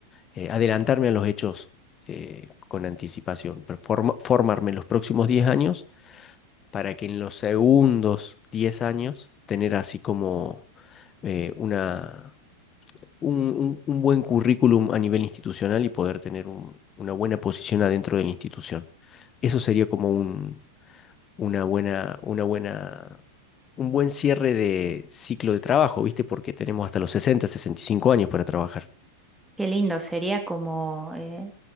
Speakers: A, on the left (about 25°); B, in the centre.
A: eh, adelantarme a los hechos eh, con anticipación, pero forma- formarme en los próximos 10 años para que en los segundos 10 años tener así como eh, una un, un- un buen currículum a nivel institucional y poder tener un- una buena posición adentro de la institución. Eso sería como un, una buena, una buena, un buen cierre de ciclo de trabajo, ¿viste? Porque tenemos hasta los 60, 65 años para trabajar.
B: Qué lindo, sería como eh,